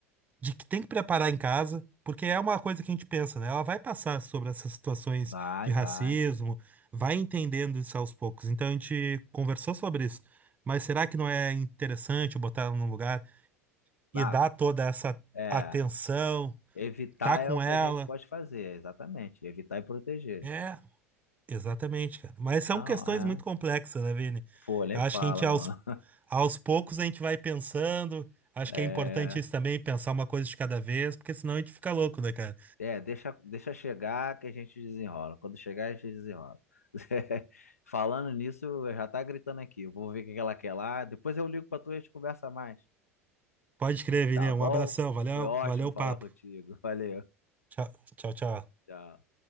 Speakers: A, on the right; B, on the left.
A: de que tem que preparar em casa, porque é uma coisa que a gente pensa, né? Ela vai passar sobre essas situações
B: Vai,
A: de
B: vai.
A: racismo, vai entendendo isso aos poucos. Então a gente conversou sobre isso. Mas será que não é interessante botar ela num lugar e
B: Ah,
A: dar toda essa
B: é.
A: atenção,
B: Evitar
A: tá
B: é
A: com
B: o que
A: ela?
B: a gente pode fazer, exatamente. Evitar e proteger.
A: É, exatamente, cara. Mas são
B: Não,
A: questões
B: é.
A: muito complexas, né, Vini?
B: Folha
A: Eu
B: e
A: acho
B: fala,
A: que a gente aos,
B: mano.
A: aos poucos a gente vai pensando. Acho
B: <laughs>
A: que
B: É.
A: é importante isso também, pensar uma coisa de cada vez, porque senão a gente fica louco, né, cara?
B: É, deixa, deixa chegar que a gente desenrola. Quando chegar, a gente desenrola. <laughs> Falando nisso, já tá gritando aqui. Eu vou ver o que que ela quer lá. Depois eu ligo pra tu e a gente conversa mais.
A: Pode crer, Vini.
B: Tá bom?
A: Um abração. Valeu,
B: Foi ótimo
A: valeu
B: falar
A: o papo.
B: contigo. <laughs> Valeu.
A: Tchau, tchau, tchau.
B: Tchau.